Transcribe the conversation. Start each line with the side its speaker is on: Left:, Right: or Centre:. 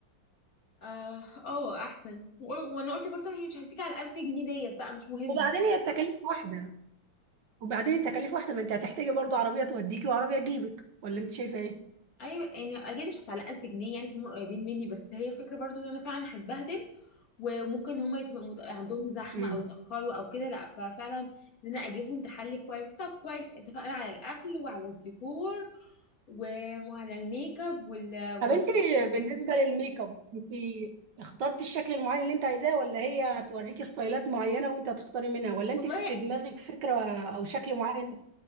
Left: اه اه احسن و- وانا قلت برضه هي مش هتيجي على 1000 جنيه ديت بقى مش مهم
Right: وبعدين هي التكاليف واحدة وبعدين التكاليف واحدة ما انت هتحتاجي برضو عربية توديكي وعربية تجيبك ولا انت شايفة ايه؟
Left: ايوه يعني اكيد مش هدفع على 1000 جنيه يعني عشان هم قريبين مني بس هي الفكرة برضو ان انا فعلا هتبهدل وممكن هما يبقى مت... عندهم زحمة
Right: امم
Left: أو يتأخروا أو كده لأ ففعلا إن أنا أجيبهم تحلي كويس طب كويس اتفقنا على الأكل وعلى الديكور و- وعلى الميك اب وال...
Right: طب
Left: وال...
Right: انت بالنسبة للميك اب انت اخترتي الشكل المعين اللي انت عايزاه ولا هي هتوريكي ستايلات معينة وانت هتختاري منها ولا انت
Left: والله
Right: في دماغك فكرة او شكل معين؟